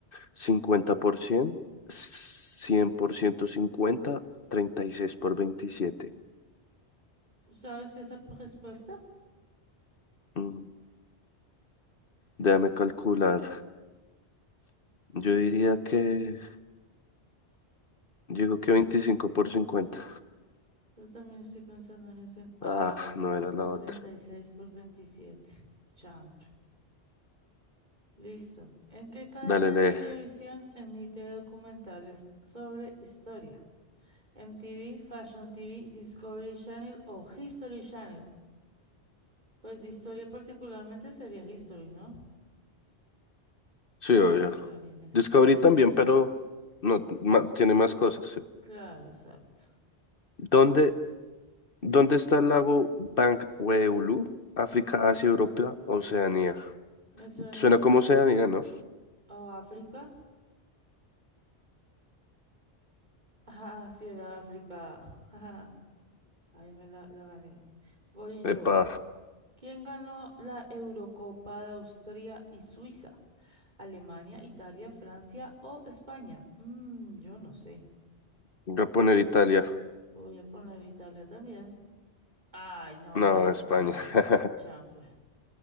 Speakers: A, on the left (about 55°); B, on the right (about 40°).
A: 50 por 100, 100 por ciento cincuenta, treinta y seis por 27.
B: ¿Tú sabes esa p- respuesta?
A: Mm, déjame calcular. Yo diría que... Digo que 25 por 50.
B: Yo también estoy pensando en ese. Ay,
A: Ah,
B: no,
A: no era
B: era
A: la
B: treinta
A: otra.
B: y seis por 27. Chanfle. Listo. ¿En qué cadena
A: Dale,
B: de
A: lee.
B: televisión emite documentales sobre historia? ¿MTV, Fashion TV, Discovery Channel o History Channel? Pues de historia particularmente sería History, ¿no?
A: Sí,
B: Claro,
A: obvio.
B: Clarines.
A: Discovery también, pero no, ma- tiene más cosas. sí.
B: Claro, exacto.
A: ¿Dónde ¿Dónde está el lago Bankweulu? África, Asia, Europa, Oceanía.
B: Me suena.
A: Suena como Oceanía, ¿no?
B: ¿O África? <laughs> Ah, sí, era África. <laughs> Ahí me la, la gané. Voy yo.
A: Epa,
B: ¿Quién ganó la Eurocopa de Austria y Suiza? ¿Alemania, Italia, Francia o España? Mm, yo no sé.
A: voy a poner Italia.
B: Voy a poner Italia también. Ay, no,
A: No,
B: era España.
A: España. <laughs>
B: Chanfle.